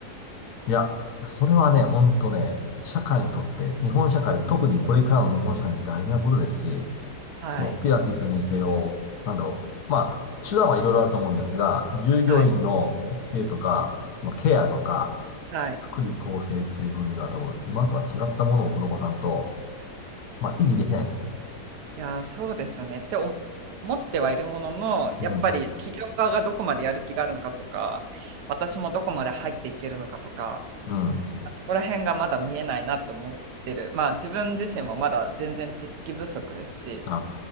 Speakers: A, on the left; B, on the right.
A: いや、それはね、ほんとね、社会にとって、日本社会、特にこれからの日本社会にとって大事なことですし、
B: はい、
A: そのピラティスにせよ、なんだろう。まあ、手段はいろいろあると思うんですが、従業員の育成とか、
B: はい
A: そのケアとか、
B: はい。
A: 福利厚生っていう分では多分、今とは違ったものを施さんと、まあ、維持できないですね。
B: いやー、そうですよねって思思ってはいるものの、やっぱり企業側がどこまでやる気があるのかとか、
A: うん。
B: 私もどこまで入っていけるのかとか、
A: うん。
B: そこら辺がまだ見えないなと思ってる。まあ自分自身もまだ全然知識不足ですし、
A: あ